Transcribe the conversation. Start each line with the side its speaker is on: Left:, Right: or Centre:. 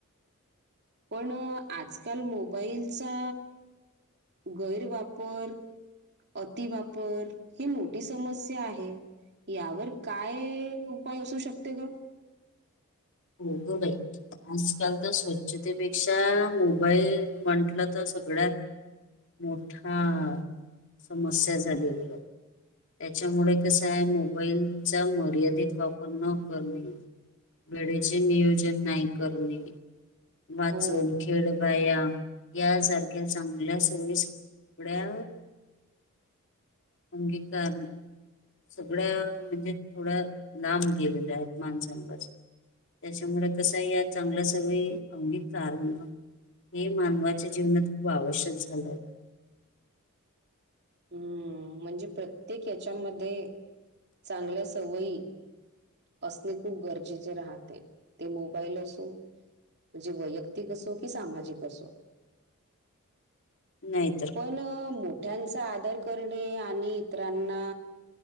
Right: पण आजकाल मोबाईलचा गैरवापर, अतिवापर, ही मोठी समस्या आहे. यावर काय उपाय असू शकते गं?
Left: होय ग बाई. आजकाल त स्वच्छतेपेक्षा, मोबाईल म्हंटलं तर सगळ्यात मोठा समस्या झालेलीय. त्याच्यामुळे कसंय. मोबाईलचा मर्यादित वापर न करणे. वेळेचे नियोजन नाही करणे. वाचून,
Right: हो
Left: खेळ, व्यायाम यासारख्या चांगल्या सवयी सगळ्या अंगीकारणे. सगळ्या म्हणजे, थोड्या लांब गेलेल्या आहेत. माणसां पासून. त्याच्यामुळे कसंय? या चांगल्या सवयी अंगीकारण हे मानवाच्या जीवनात खूप आवश्यक झालेलं आहे.
Right: हम्म म्हणजे प्रत्येक याच्यामध्ये, चांगल्या सवयी असणे खूप गरजेचे राहते. ते मोबाईल असो म्हणजे वैयक्तिक असो की, सामाजिक असो.
Left: नाही.
Right: पण मोठ्यांचा आदर करणे. आणि इतरांना